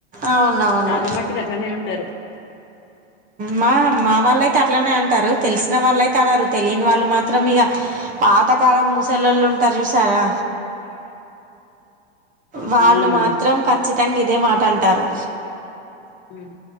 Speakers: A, on the right; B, on the left.
A: అవునవును
B: చాలా మట్టుకు అట్లానే ఉంటారు
A: మా మా వాళ్ళయితే అట్లనే అం టారు తెలిసిన వాళ్ళయితే అనరు తెలియని వాళ్ళు మాత్రం ఇక ఆప్ తకాలం ముసలోళ్ళు ఉంటారు చూసారా వాళ్ళు
B: అవునవును
A: మాత్రం ఖచ్చితంగా ఇదే మాట అంటారు
B: ఊ